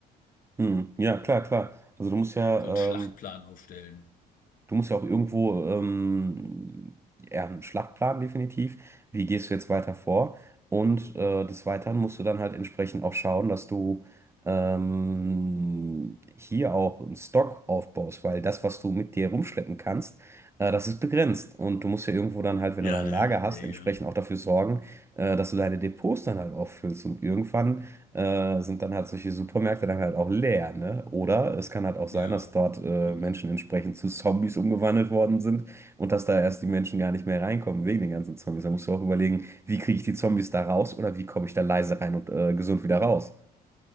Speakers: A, on the right; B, on the left.
A: Hm, ja, klar, klar. Also du musst ja,
B: So einen Schlachtplan
A: ähm,
B: aufstellen.
A: Du musst ja auch irgendwo ähm, ja, einen Schlachtplan definitiv. Wie gehst du jetzt weiter vor? Und äh, des Weiteren musst du dann halt entsprechend auch schauen, dass du ähm, hier auch einen Stock aufbaust, weil das, was du mit dir rumschleppen kannst, äh, das ist begrenzt. Und du musst ja irgendwo dann halt, wenn
B: Ja,
A: du dein
B: ne?
A: Lager hast,
B: Ja,
A: entsprechend auch dafür sorgen, äh, dass du deine Depots dann halt auch füllst. Und irgendwann äh, sind dann halt solche Supermärkte dann halt auch leer, ne? Oder es kann halt auch sein,
B: ja.
A: dass dort äh,
B: Ja.
A: Menschen
B: <laughs>
A: entsprechend zu Zombies umgewandelt worden sind und dass da erst die Menschen gar nicht mehr reinkommen wegen den ganzen Zombies. Da musst du auch überlegen, wie kriege ich die Zombies da raus oder wie komme ich da leise rein und äh, gesund wieder raus.